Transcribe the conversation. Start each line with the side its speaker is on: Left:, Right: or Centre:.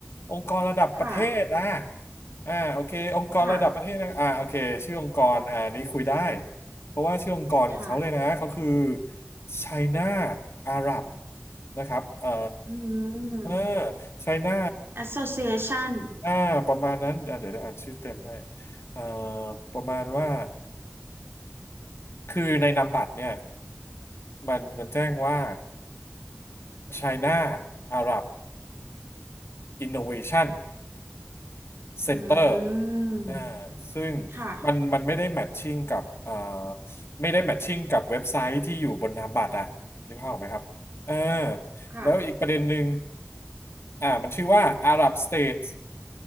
Left: องค์กรระดับประเทศอ่ะ
Right: ค่ะ
Left: อ่าโอเคองค์กรระดับประเทศนะอ่าโอเคชื่อองค์กรอ่านี้คุยได้
Right: ค่ะ
Left: เพราะว่าชื่อองค์กรของเขาเลยนะเขาคือ
Right: ค่ะ
Left: China Arab นะครับเอ่อ
Right: อืม
Left: เออ China
Right: Association
Left: อ่าประมาณนั้นอ่าเดี๋ยวจะอ่านชื่อเต็มให้อ่าประมาณว่าคือในนามบัตรเนี่ยมันมันแจ้งว่า China Arab Innovation
Right: อืม
Left: Center อ่าซึ่ง
Right: ค่ะ
Left: มันมันไม่ได้แมทชิ่งกับอ่าไม่ได้แมทชิ่งกับเว็บไซต์ที่อยู่บนนามบัตรอ่ะนึกภาพออกไหมครับเออ
Right: ค่ะ
Left: แล้วอีกประเด็นหนึ่งอ่ามันชื่อว่า Arab States